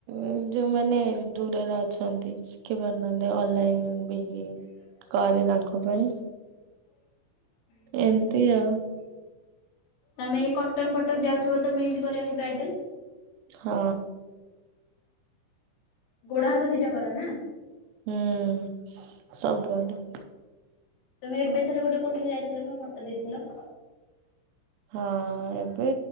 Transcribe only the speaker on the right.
ଉ ଯୋଉମାନେ ଦୂରରେ ଅଛନ୍ତି ଶିଖି ପାରୁନାହାନ୍ତି ଅନଲାଇନ
ବି କରେ ତାଙ୍କ ପାଇଁ ଏମିତି <unintelligible>
ହଁ।
ହୁଁ ସବୁଆଡେ
ହଁ ଏବେ